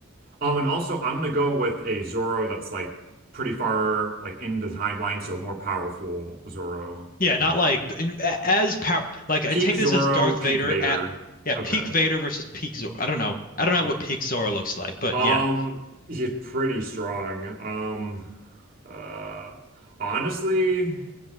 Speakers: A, on the right; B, on the left.
A: Um, and also I'm gonna go with a Zoro that's like pretty far like in the timeline, so more powerful Zoro.
B: Yeah,
A: Um,
B: not like in- a- as power. Like I
A: peak
B: take
A: Zoro,
B: this as Darth
A: peak
B: Vader
A: Vader.
B: at yeah
A: Okay.
B: peak Vader versus peak Zor. I don't know. I don't know
A: Okay.
B: what peak Zora looks like, but
A: Um,
B: yeah,
A: he's pretty strong. Um, uh, honestly,